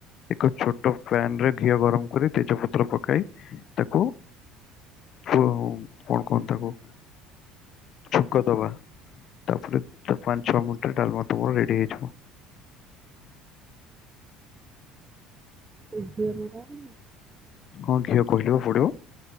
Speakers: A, on the left; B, on the right.
A: ଏକ ଛୋଟ ପ୍ୟାନରେ ଘିଅ ଗରମ କରି ତେଜପତ୍ର ପକାଇ ତାକୁ କୁ କଣ କହନ୍ତି ତାକୁ ଛୁଙ୍କ ଦବା। ତାପରେ ତ ପାଞ୍ଚ ଛଅ ମିଣ୍ଟିରେ ଡାଲମା ତମର ରେଡି ହେଇଯିବ।
B: ତୋ ଝିଅ ଯୋଉ ଜାଣୁନି
A: ହଁ ଘିଅ କହିଲି ବା ପଡ଼ିବ।